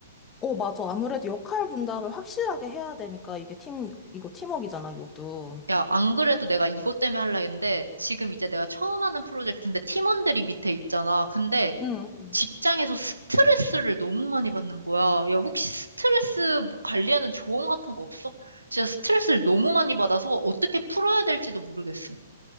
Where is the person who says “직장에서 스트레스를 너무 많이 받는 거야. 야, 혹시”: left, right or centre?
Right